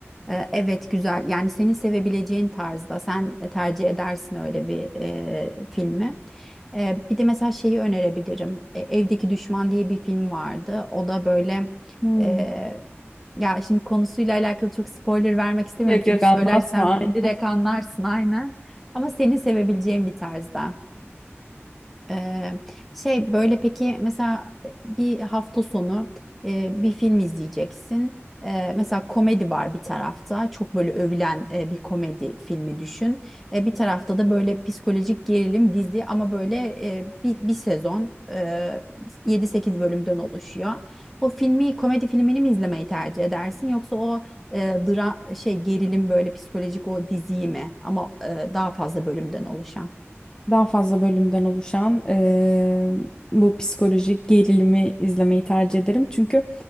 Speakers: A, in the centre; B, on the left (about 15°).
A: E, Evet güzel yani senin sevebileceğin tarzda sen tercih edersin öyle bir e, filmi. E, bir de mesela şeyi önerebilirim. E, Evdeki Düşman diye bir film vardı. O da böyle
B: Hmm.
A: e, ya şimdi konusuyla alakalı çok spoiler vermek istemiyorum
B: Yok yok
A: çünkü
B: anlatma
A: söylersem
B: aynen.
A: direkt anlarsın aynen. Ama senin sevebileceğin bir tarzda. Eee, şey böyle peki mesela bir hafta sonu eee, bir film izleyeceksin. Eee, mesela komedi var bir tarafta. Çok böyle övülen eee, bir komedi filmi düşün. E, bir tarafta da böyle psikolojik gerilim dizi ama böyle eee, bir, bir sezon eee 7-8 bölümden oluşuyor. O filmi komedi filmini mi izlemeyi tercih edersin yoksa o eee dra şey gerilim böyle psikolojik o diziyi mi? Ama eee, daha fazla bölümden oluşan.
B: Daha fazla bölümden oluşan eee, bu psikolojik gerilimi izlemeyi tercih ederim. Çünkü